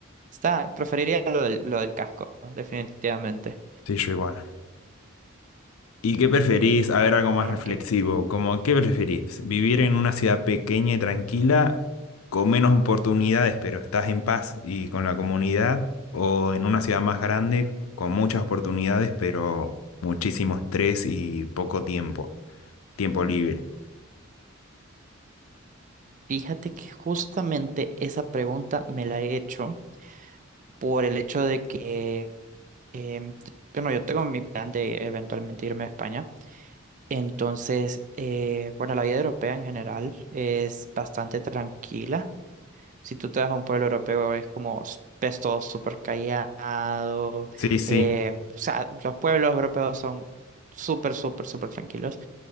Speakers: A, on the right; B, on the left.
A: Está, preferiría lo del, lo del casco, definitivamente.
B: sí, yo igual. ¿Y qué preferís? A ver, algo más
A: Ah,
B: reflexivo.
A: Ok.
B: Como, ¿qué preferís? ¿Vivir en una ciudad pequeña y tranquila, con menos oportunidades, pero estás en paz y con la comunidad? ¿O en una ciudad más grande, con muchas oportunidades, pero muchísimo estrés y poco tiempo? Tiempo libre.
A: Fíjate que justamente esa pregunta me la he hecho por el hecho de que, em, t- bueno, yo tengo mi plan de eventualmente irme a España. Entonces, eh, bueno, la vida europea en general es bastante tranquila. Si tú te vas a un pueblo europeo es como, s- ves todo súper callado.
B: Sí, sí,
A: eh, o sea, los pueblos europeos son súper, súper, súper tranquilos.